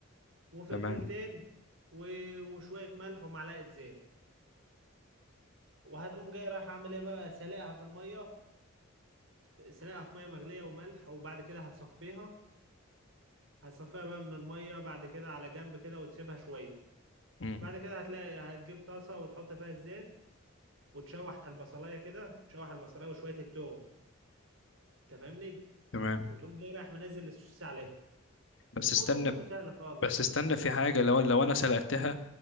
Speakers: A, on the right (about 70°); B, on the left (about 65°).
A: وفلفلتين
B: تمام
A: و... وشوية ملح ومعلقة زيت وهتقوم جاي رايح عامل إيه بقى سلقها في المية ف- سلقها في مية مغلية وملح وبعد كده هتصفيها هتصفيها بقى من المية بعد كده على جنب كده وتسيبها شوية
B: مم.
A: بعد كده هتلاقي هتجيب طاسة وتحط فيها الزيت وتشوح البصلاية كده تشوح البصلاية وشوية التوم انت فاهمني
B: تمام
A: وتقوم جاي رايح منزل السوسيس عليها
B: بس
A: الموضوع
B: استنى
A: كله سهل خالص
B: بس استنى في حاجة لو لو انا سلقتها